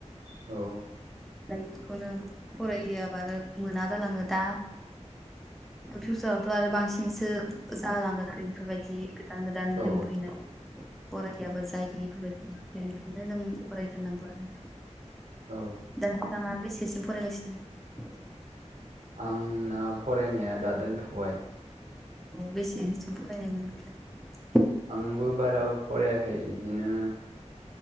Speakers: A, on the right; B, in the centre.
A: औ
B: जाय बेखौनो फरआाबानो मोना जालाङो दा फिउसारावथ' आरो बांसिनसो जालांगोन आरो बेफोरबायदि गोदान गोदान नेम
A: औ
B: फैनाय फरायाबा जायो बेफोरबायदि बेनिखायनो जों फरायथारनांगौ आरो
A: औ
B: दा सिगाङा बेसेसिम फरायगासिनो
A: उम आं फरायनाया दा दोनथ'बाय
B: औ बेसेसोम फरायनायमोनओफ्राय
A: आंबो बारा फरायाखै बिदिनो